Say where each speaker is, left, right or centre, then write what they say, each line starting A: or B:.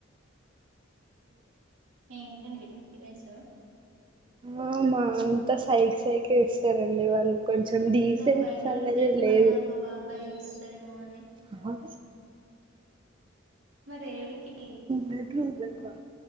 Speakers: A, on the right; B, on the right.
A: <inaudible> ఏంటండి డిస్టేబెన్స్
B: ఆ మా అంతా సైకి సైకి ఎస్ ఎవరండి వాళ్ళు కొంచం డీసెంట్స్
A: ఇట్లా బయట
B: అనేదే
A: ఉంటే
B: లేదు
A: మళ్ళా మా బాబాయ్ చూస్తాడేమో అని
B: అ
A: మరి ఎడికి
B: బెడ్రూమ్ల వ